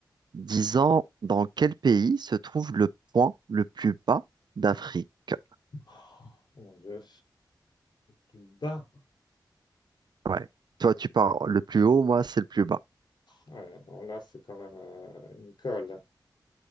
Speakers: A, on the right (about 65°); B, on the left (about 65°).
A: Disons, dans quel pays se trouve le point le plus bas d'Afrique?
B: Oh mon Dieu, du bas.
A: Ouais. Toi, tu parles le plus haut, moi, c'est le plus bas.
B: Ouais, non, là, c'est quand même euh, une colle.